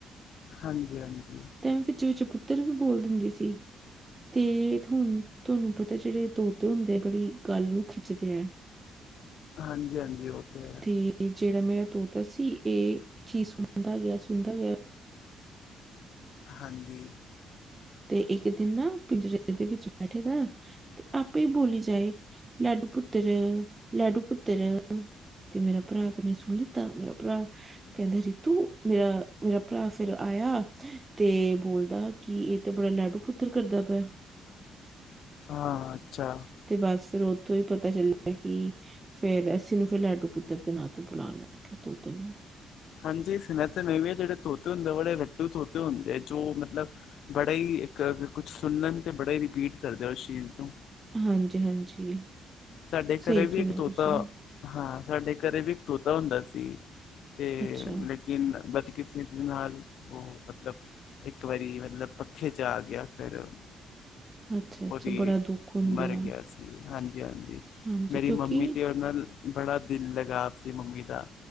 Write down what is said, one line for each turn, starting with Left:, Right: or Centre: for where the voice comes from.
Left: ਹਾਂਜੀ- ਹਾਂਜੀ।
Right: ਤੇਵੇ ਵਿੱਚ- ਵਿੱਚ ਪੁੱਤਰ ਵੀ ਬੋਲ ਦਿੰਦੀ ਸੀ। ਤੇ ਹਣ ਤੁਹਾਨੂੰ ਪਤਾ ਜਿਹੜੇ ਤੋਤੇ ਹੁੰਦੇ ਆ ਬੜੀ ਗੱਲ ਨੂੰ ਖਿੱਚਦੇ ਹੈ। <inaudible>
Left: ਹਾਂਜੀ-ਹਾਂਜੀ। ਉਹ ਤੇ ਹੈ।
Right: ਤੇ ਜਿਹੜਾ ਮੇਰਾ ਤੋਤਾ ਸੀ ਇਹ ਚੀਜ਼ ਸੁਣਦਾ ਗਿਆ, ਸੁਣਦਾ ਗਿਆ।
Left: ਹਾਂਜੀ।
Right: ਤੇ ਇੱਕ ਦਿਨ ਨਾ, ਪਿੰਜਰੇ ਦੇ ਵਿੱਚ ਬੈਠੇ ਦਾ। ਤੇ ਆਪੇ ਹੀ ਬੋਲੀ ਜਾਏ। ਲਾਡੂ ਪੁੱਤਰ, ਲਾਡੂ ਪੁੱਤਰ ਤੇ ਮੇਰਾ ਭਰਾ ਕ ਸੁਣੀ ਲਿੱਤਾ। ਮੇਰਾ ਭਰਾ ਕਹਿੰਦਾ ਰੀਤੂ ਮੇਰਾ ਮੇਰਾ ਭਰਾ ਫੇਿਰ ਆਇਆ। ਤੇ ਬੋਲਦਾ ਕੀ ਇਹ ਤੇ ਬੜਾ ਲਾਡੂ ਪੁੱਤਰ ਕਰਦਾ ਪਿਆ।
Left: ਹਾਂ, ਅੱਛਾ।
Right: ਤੇ ਬਸ, ਫਿਰ ਉੱਥੋਂ ਹੀ ਪਤਾ ਚੱਲਿਆ ਕਿ ਫੇਰ ਅੱਸੀ ਨੂੰ ਫਿਰ ਲਾਡੂ ਪੁੱਤਰ ਦੇ ਨਾਂ ਤੋਂ ਬੁਲਾਉਣ ਲੱਗ ਗਿਆ ਤੋਤੇ ਨੂੰ।
Left: ਹਾਂਜੀ ਸੁਨ ਤਾਂ ਮ ਵੀ ਜਿਹੜੇ ਤੋਤੇ ਹੁੰਦੇ ਬੜੇ ਰੋ, ਤੋਤੇ ਹੁੰਦੇ ਆ। ਜੋ ਮਤਲਬ ਬੜਾ ਹੀ ਇੱਕ ਕੁਛ ਸੁਣਣ ਤੇ ਬੜਾ ਹੀ ਰਿਪੀਟ ਕਰਦੇ ਉਸ ਚੀਜ਼ ਨੂੰ।
Right: ਹਾਂਜੀ- ਹਾਂਜੀ।
Left: ਸਾਡੇ ਘਰੇ
Right: ਸਹੀ
Left: ਵੀ
Right: ਸੁਣਿਆ
Left: ਇੱਕ ਤੋਤਾ
Right: ਤੁਸੀਂ
Left: ਹਾਂ, ਸਾਡੇ ਘਰੇ ਵੀ ਇੱਕ ਤੋਤਾ ਹੁੰਦਾ ਸੀ। ਤੇ
Right: ਅੱਛਾ
Left: ਕ ਬਦਕਿਸਮਤ ਦੇ ਨਾਲ ਉਹ ਮਤਲਬ ਇੱਕ ਵਾਰੀ ਮਤਲਬ ਪੱਖੇ ਚ' ਆ ਗਿਆ। ਫਿਰ
Right: ਅੱਛਾ
Left: ਉਹ
Right: ਅੱਛਾ
Left: ਵੀ
Right: ਬੜਾ ਦੁੱਖ ਹੁੰਦਾ
Left: ਮਰ
Right: ਹੈ
Left: ਗਿਆ ਸੀ। ਹਾਂਜੀ- ਹਾਂਜੀ।
Right: ਹਾਂਜੀ
Left: ਮੇਰੀ
Right: ਕਿਉਂਕਿ
Left: ਮੰਮੀ ਤੇ ਓਦ ਨਾਲ ਬੜਾ ਦਿਲ ਲਗਾਵ ਸੀ ਮੰਮੀ ਦਾ,